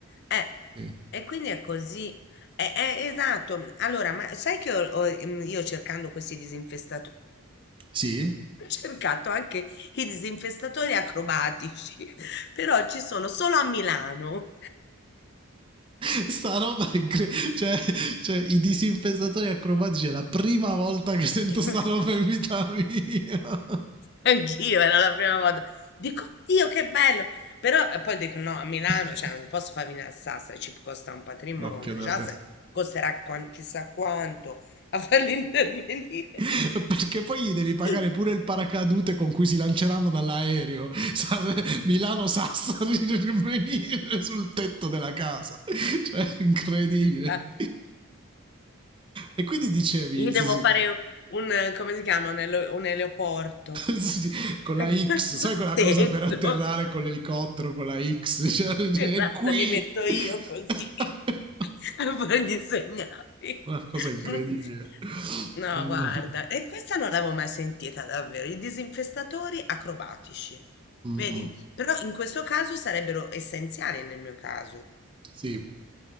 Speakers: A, on the left; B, on the right.
A: Eh,
B: sì.
A: e quindi è così. Eh, eh, esatto. m- Allora, ma sai che ho- ho, mm, io cercando questi disinfestatori,
B: sì.
A: <laughs> ho cercato anche i disinfestatori acrobatici, <laughs> però ci sono solo a Milano.
B: <laughs> Sta roba è incre- cioè, cioè, i disinfestatori acrobatici è la prima volta che sento
A: <laughs>
B: sta roba in vita mia.
A: Anch'io, era la prima volta. Dico, Dio, che bello! Però eh, poi dico, no, a Milano,
B: <laughs>
A: cioè, non posso far venire a Sassari, ci costa un patrimonio,
B: L'occhio della
A: già
B: testa.
A: se- costerà quan- chissà quanto a farli <laughs> intervenire.
B: <laughs> Perché poi gli devi pagare
A: Sì.
B: pure il paracadute con cui si lanceranno dall'aereo. Milano-Sassari per venire sul tetto della casa. Cioè, incredibile.
A: Ah,
B: E quindi dicevi,
A: Gli devo
B: sì, sì,
A: fare un, eh, come si chiama, un, ele- un eleoporto.
B: sì, sì, con la
A: <laughs>
B: X,
A: Sul
B: sai quella
A: tetto.
B: cosa per atterrare con l'elicottero, con la X, cioè, cioè,
A: Esatto,
B: è qui.
A: mi metto io così
B: <laughs>
A: <laughs> a fargli i segnali.
B: Una cosa incredibile.
A: <laughs> No,
B: Allora.
A: guarda, e questa non l'avevo mai sentita davvero, i disinfestatori acrobatici,
B: Mm-mm.
A: vedi? Però in questo caso sarebbero essenziali nel mio caso,
B: Sì.